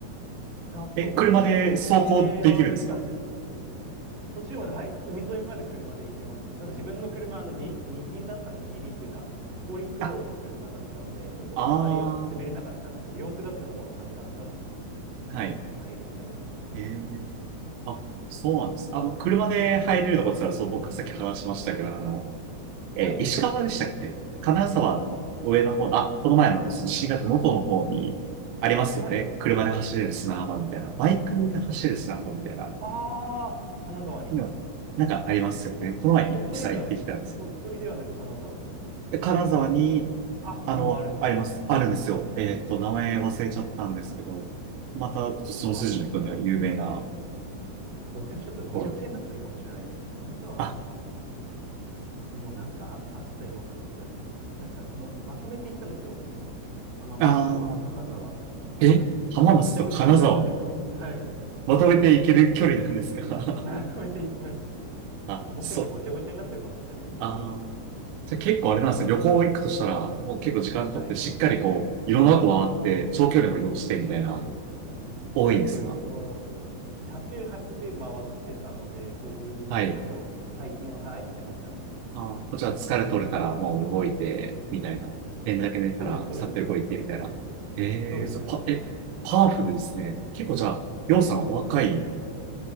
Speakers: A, on the right; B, on the right.
A: だと思います。
B: え、車で走行できるんですか
A: ちょっと僕、地名は忘れたんですけど、途中まで、はい、海沿いまで車で行けますね。ただ自分の車、あの、に二輪だったので、二輪っていうか、後輪駆動の車だったので、
B: あ、
A: ちょっとあんまり攻めれなかったんですけど、
B: ああ、
A: 四駆だったらもうガンガン多分
B: はい。
A: 入れちゃうのかなという。
B: ええ、あ、そうなんです。あの、車で入れるとこって言ったら、
A: はい。
B: そう、僕がさっき話しましたけど、あの、えー石川でしたっけ金沢の方、
A: はい。
B: 上の方、あ、この前のあの新潟の元の方にありますよね。
A: はい。
B: 車で走れる砂浜みたいな。バイクで走れる砂浜みたいな。
A: ああ、金沢に。
B: の、なんかありますよね。
A: と、
B: この前実際行ってきたんです。
A: 鳥取ではなくてですか鳥取ではなく金沢ですか
B: で金沢に、
A: あ、
B: あの、
A: にもあるんですね。
B: あります。あるんですよ。
A: へえ。
B: えっと、名前忘れちゃったんですけど、また、その筋の人には有名な
A: あ、僕ちょっとごちゃごちゃになってるかもしれないですね。
B: ところ。
A: 神奈川
B: あ、
A: にもなんかあ、あったような気がしてきました。なんかそのまとめていったんですよ。その浜松と金沢。
B: あー、え、
A: なのでちょっとごちゃごちゃになってるかもしれない。
B: 浜松と金沢、
A: はい。
B: まとめて行ける距離なんですか
A: <laughs> まとめていきましたね、僕は。
B: <laughs> あ、
A: だからもしかしたらごちゃごちゃになってるかもしれないです。
B: そう。あー
A: すみません。
B: じゃあ結構あれなんですよ。旅行行くとしたら、もう結構時間取って、
A: はい。
B: しっかりこう、いろんなとこ回って、長距離も移動してみたいな、多いんですか
A: そうです、そうです。その、車中泊で回ってたので、そういう動き方を最近は、
B: はい。
A: はい、してましたね。
B: ああ、こっちは疲れ取れたら、もう動いて、みたいな。連だけ寝たら、
A: そうです、そうです、
B: さっと動いて、
A: そうです。
B: みたいな。ええそう、
A: そうです、そうです、
B: パ、
A: そうです。
B: え、パワフルですね。結構じゃあ、りょうさんお若い。